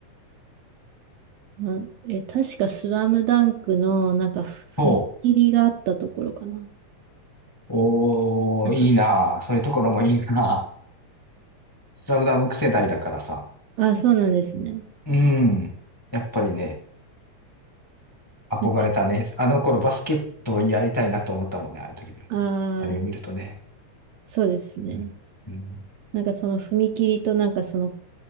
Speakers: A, on the right (about 70°); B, on the left (about 20°).
A: ま、え、確かスラムダンクのなんか踏切があったところかな。
B: ほう。おー、
A: なんか、
B: いいなあそういうところもいいなあ <laughs> スラムダンク世代だからさ。
A: あ、そうなんですね。
B: うん。やっぱりね、憧れたね。
A: なんか、
B: あの頃バスケットやりたいなと思ったもんね、ああいう時に。
A: ああ、
B: あれを見るとね。
A: そうですね。
B: うん。うん
A: なんかその踏切となんかその